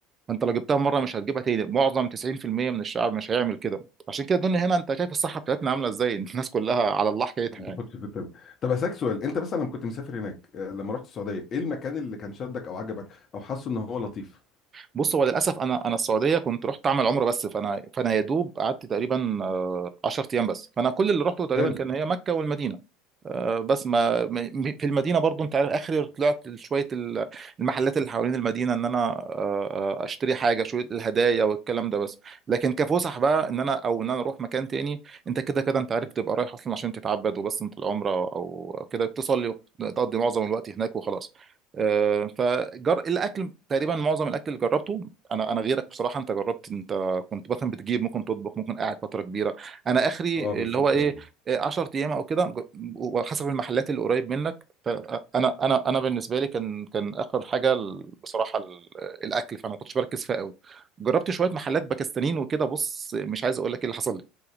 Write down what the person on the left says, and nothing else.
بتحط
في التابلت طب اسالك سؤال انت مثلا لما كنت مسافر هناك آه، لما رحت السعوديه ايه المكان اللي كان شدك او عجبك او حاسه ان هو لطيف
حلو
اه
بالظبط
اه